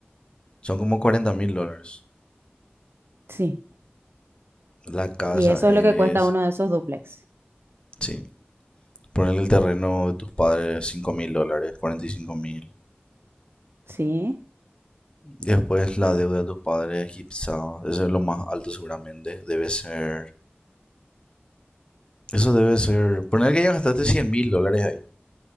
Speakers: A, on the left (about 25°); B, on the right (about 80°).
A: Son como 40 mil dólares.
B: sí.
A: La casa
B: Y eso
A: es,
B: es lo que cuesta uno de esos duplex.
A: sí, ponerle el terreno de tus padres, 5 mil dólares, 45 mil.
B: Sí,
A: Después la deuda de tus padres, quizá, eso es lo más alto seguramente, debe ser Eso debe ser. Poner que ya gastaste 100 mil dólares ahí.